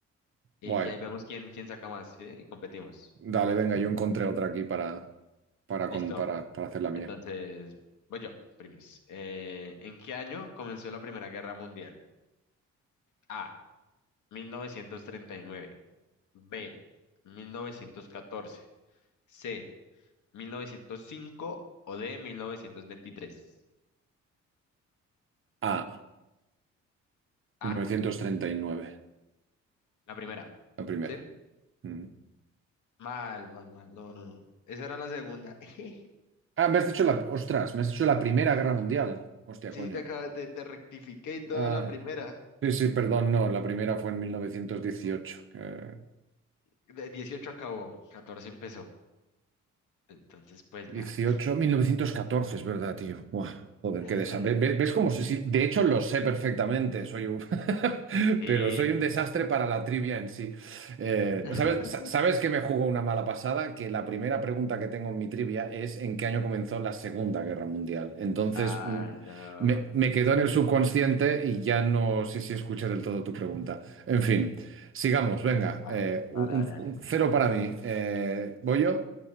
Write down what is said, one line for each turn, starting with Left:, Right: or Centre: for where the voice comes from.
Left: Y,
Right: guay.
Left: y ahí vemos quién, quién saca más, ¿sí? Y competimos.
Right: Dale, venga, yo encontré otra aquí para, para,
Left: Listo.
Right: con- para, para hacer la mía.
Left: Entonces, voy yo, primis. Eh, ¿en qué año comenzó la Primera Guerra Mundial? A. mil novecientos treinta y nueve B. mil novecientos catorce C. mil novecientos cinco o D. mil novecientos veintitrés
Right: Ah,
Left: A.
Right: 1939,
Left: La primera.
Right: la primera.
Left: ¿Sí?
Right: Mm.
Left: Mal, mal, mal. No, no, no. Esa era la segunda. <laughs>
Right: Ah, me has dicho la... Ostras, me has dicho la Primera Guerra Mundial. Hostia,
Left: Sí,
Right: coño.
Left: te acabo, te, te rectifiqué y todo
Right: Ah.
Left: la primera.
Right: Sí, sí, perdón, no, la primera fue en 1918, que,
Left: De 18 acabó, 14 empezó. Entonces, pues
Right: 18,
Left: nada.
Right: 1914, es verdad, tío. Buah, joder,
Left: <laughs>
Right: qué desastre. ¿Ves cómo sé? si- De hecho, lo sé perfectamente, soy un... <laughs>
Left: Sí.
Right: pero soy un desastre para la trivia en sí. Eh,
Left: <laughs>
Right: ¿sabes, sa- sabes que me jugó una mala pasada? Que la primera pregunta que tengo en mi trivia es ¿en qué año comenzó la Segunda Guerra Mundial? Entonces,
Left: Ah,
Right: mm,
Left: no.
Right: me, me quedó en el subconsciente y ya no sé si escuché del todo tu pregunta. En fin, sigamos, venga.
Left: Bueno,
Right: eh,
Left: dale,
Right: un, un-
Left: dale, dale.
Right: un cero para mí. Eh, ¿voy yo?